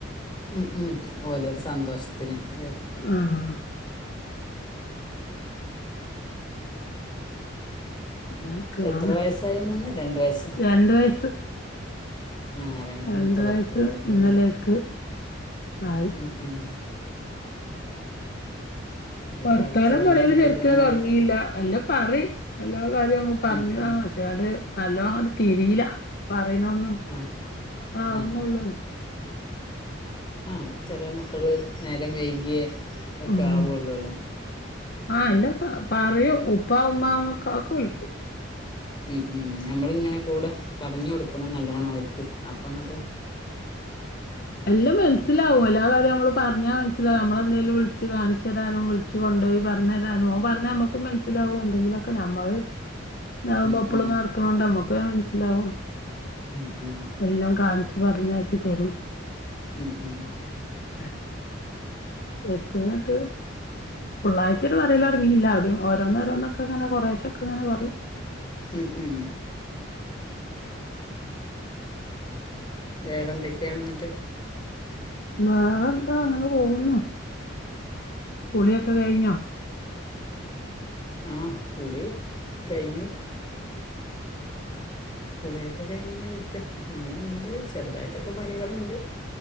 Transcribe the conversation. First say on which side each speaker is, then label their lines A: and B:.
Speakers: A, on the left; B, on the left.
A: ഉം ഉം ഓലൊരു സന്തോഷത്തിന് ലേ.
B: ആഹ്. അങ്ങനൊക്കെയാണ്
A: എത്ര വയസ്സായിന്ന് പറഞ്ഞെ രണ്ട് വയസ്സോ
B: രണ്ട് വയസ്സ്.
A: ആഹ് രണ്ടാമത്തെ
B: രണ്ട് വയസ്സ്
A: ബർത്ത്ഡേയിരുന്നൂലേ
B: ഇന്നലേക്ക് ആയി
A: ഉം ഉം. ഇനിയിപ്പോൾ
B: വർത്താനം
A: അടുത്ത കൊല്ലം
B: പറയല്
A: മുതൽ
B: ശെരിക്ക്ന്
A: പറഞ്ഞാൽ
B: തൊടങ്ങീല്ല മെല്ലെ പറയും എല്ലാ കാര്യം നമ്മള് പറഞ്ഞതാ
A: ഉം ഉം
B: മാഷ <unintelligible> നല്ലോ അങ്ങട് തിരില പറയുന്നതൊന്നും
A: ആ ആ
B: ആഹ്
A: ആ
B: ഒന്നൊള്ളൂ.
A: ആഹ് ചെല മക്കള് നേരം വൈകിയേ ഇതൊക്കെ
B: ഉം
A: ആവുള്ളൊല്ലോ.
B: ആഹ് എല്ലാ പാ പറയൂ ഉപ്പാ ഉമ്മാന്നൊക്കെ അതൊക്കെ വിളിക്കു.
A: ഉം ഉം ഞമ്മളിങ്ങനെ കൂടെ പറഞ്ഞ് കൊടുക്കണം നല്ലോണം അവർക്ക് അപ് പ്പങ്ങട്ട്.
B: എല്ലം മൻസ്സിൽ. ലാവും എല്ലാ കാര്യം ഞമ്മള് പറഞ്ഞാ മനസിലാക നമ്മളെന്തെങ്കിലും വിൾച്ച് കാണിച്ചരാനും വിളിച്ച് കൊണ്ടോയി പറഞ്ഞര് രാനും ഓൻ പറഞ്ഞാ അമ്മക്കും മനസ്സിലാവും എന്തെങ്കിലൊക്കെ ഞമ്മള്. ഇതാവുമ്പൊ
A: ഉം
B: എപ്പളും
A: ഉം
B: നട്ക്കണോണ്ട് നമ്മക്ക് വേം മനസ്സിലാവും.
A: ഉം ഉം.
B: എല്ലാം കാണിച്ച് പറഞ്ഞാക്കി തരും.
A: ഉം ഉം.
B: <inaudible> ശെര്ക്ക്ന്ങട്ട് ഫുള്ളായിട്ടൊരു പറയല്തൊട്ങ്ങില്ല ഒരു. ഓരോന്നോരോന്നൊക്കങ്ങനെ കൊറേശെക്കങ്ങനെ പറയും.
A: ഉം ഉം. വേറെന്തൊക്കെയാണ്ന്നട്ട്.
B: വേറെന്താ അങ്ങനെ പോകുന്നു കുളിയൊക്കെ കഴിഞ്ഞോ.
A: ആഹ് കുളി കയ്ഞ്ഞു. കുളിയൊക്കെ കഴിഞ്ഞിങ്ങനെ ഇരിക്ക ഇനിയും ഉണ്ട് ചെറുതായിട്ടൊക്കെ പണികള്ണ്ട്.